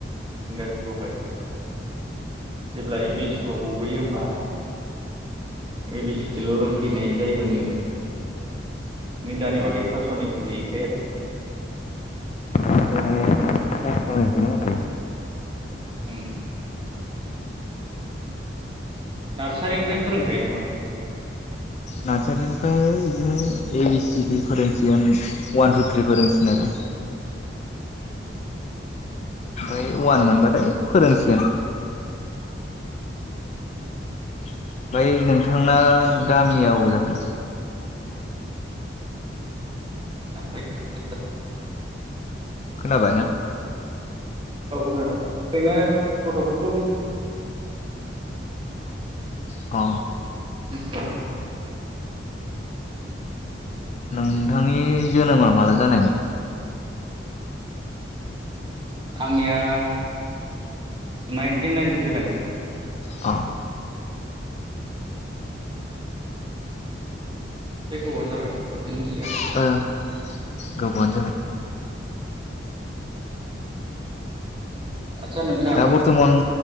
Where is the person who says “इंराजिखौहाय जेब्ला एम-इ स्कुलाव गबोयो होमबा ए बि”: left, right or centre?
Right